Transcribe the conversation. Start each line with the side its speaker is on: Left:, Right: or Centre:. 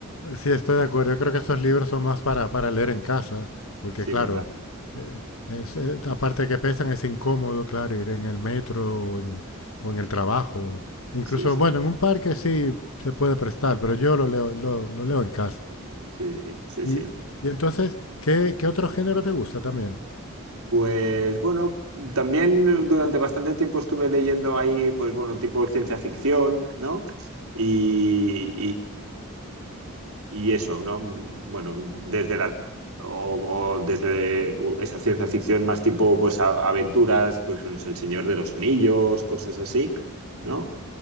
Left: Sí, estoy de acuerdo. Yo creo que esos libros son más para, para leer en casa, porque
Right: Sí,
Left: claro,
Right: ¿verdad?
Left: eh, es, eh, aparte de que pesan, es incómodo, claro, ir en el metro o en, o en el trabajo. Incluso,
Right: Sí, sí,
Left: bueno, en un parque sí se puede prestar, pero yo lo leo, lo, lo leo en casa.
Right: sí, sí,
Left: Y,
Right: sí.
Left: y entonces, ¿qué, qué otro género te gusta también?
Right: Pues bueno, también durante bastante tiempo estuve leyendo ahí, pues bueno, tipo ciencia ficción, ¿no? Y, y, y eso, ¿no? Bueno, desde la, o, o desde esa ciencia ficción más tipo, pues a- aventuras, pues con El Señor de los Anillos, cosas así. ¿no?